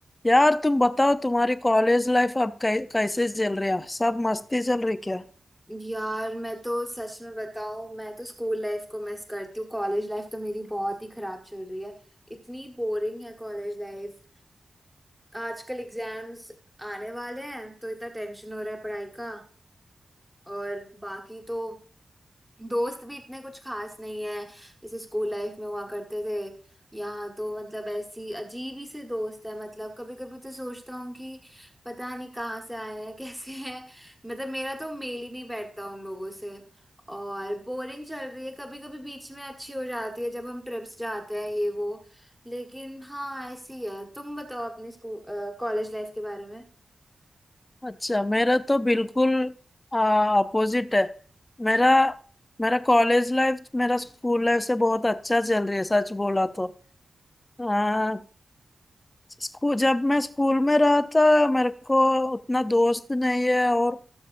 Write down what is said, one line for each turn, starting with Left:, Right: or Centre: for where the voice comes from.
Left: यार तुम बताओ तुम्हारी कॉलेज लाइफ अब कै, कैसे चल रही है सब मस्ती चल रही क्या
Centre: यार मैं तो सच में बताऊं मैं तो स्कूल लाइफ को मिस करती हूँ कॉलेज लाइफ तो मेरी बहुत ही खराब चल रही है इतनी बोरिंग है कॉलेज लाइफ आजकल एग्जाम्स आने वाले हैं तो इतना टेंशन हो रहा है पढ़ाई का और बाकी तो दोस्त भी इतने कुछ खास नहीं है जैसे स्कूल लाइफ में हुआ करते थे यहाँ तो मतलब ऐसी अजीब ही से दोस्त है मतलब कभी कभी तो सोचता हूँ कि पता नहीं कहाँ से आए हैं <laughs> कैसे हैं मतलब मेरा तो मेल ही नहीं बैठता उन लोगों से और बोरिंग चल रही है कभी कभी बीच में अच्छी हो जाती है जब हम ट्रिप्स जाते हैं ये वो लेकिन हाँ ऐसी है तुम बताओ अपने स्कूल कॉलेज लाइफ के बारे में
Left: अच्छा मेरा तो बिल्कुल अपोजिट है मेरा
Centre: हम्म,
Left: मेरा कॉलेज लाइफ मेरा स्कूल लाइफ से बहुत अच्छा चल रही है सच बोला तो आ, स्कूल जब मैं स्कूल में रहा था मेरे को उतना दोस्त नहीं है और